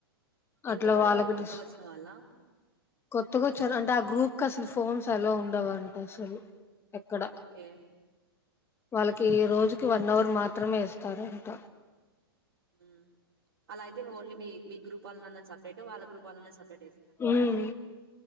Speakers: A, on the left; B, on the right.
A: అట్లా
B: ఎందుకు అలా
A: వాళ్ళకి
B: వాళ్ళు కొత్తగా
A: డిస్
B: వచ్చిన వాళ్ళ
A: కొత్తగా వచ్చారు అంటే ఆ గ్రూప్ కి అసలు ఫోన్స్ అలో ఉండవుంట అసలు ఎక్కడ
B: ఓకే
A: వాళ్ళకి ఈ రోజుకి వన్ అవర్ మాత్రమే ఇస్తారంట
B: మ్ అలా అయితే ఓన్లీ మీ మీ గ్రూప్ వాళ్ళనన్న సపరేట్ వాళ్ళ గ్రూప్ వాళ్ళనన్న సపరేట్ ఏస్తున్నారా
A: ఉమ్